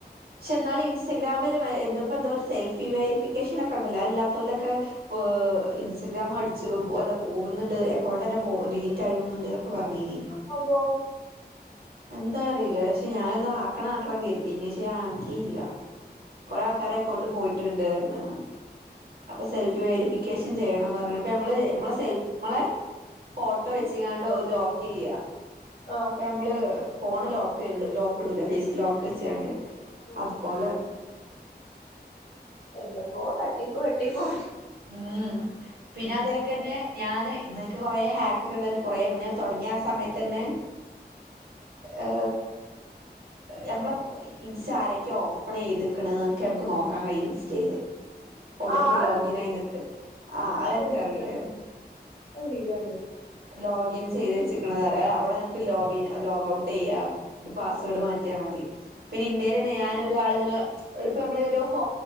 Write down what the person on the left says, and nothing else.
ആ പ്പെന്തോ
ആഹ്
ഉം
എന്തൊക്കോ തട്ടിപ്പോ വെട്ടിപ്പോ
ആ അത്ണ്ട്
അത്
അത് വീരല്ലേ